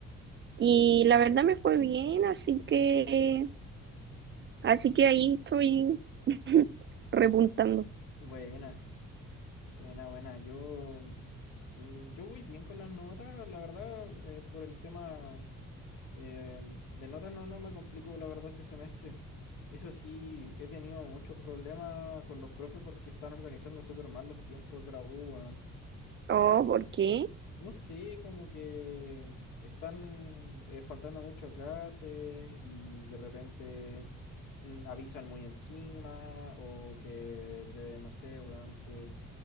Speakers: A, on the right; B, on the left.
A: Y la verdad me fue bien, así que, así que ahí estoy <laughs> repuntando.
B: Buena, buena, buena. Yo, mm, yo voy bien con las notas, la verdad, eh, por el tema eh, de notas no, no me complico, la verdad, este semestre. Eso sí, he tenido muchos problemas con los profes porque están organizando súper mal los tiempos de la U, weón.
A: Oh, ¿por qué?
B: No sé, como que están eh, faltando mucho a clases y de repente mm, avisan muy encima o que, de- no sé, weón, que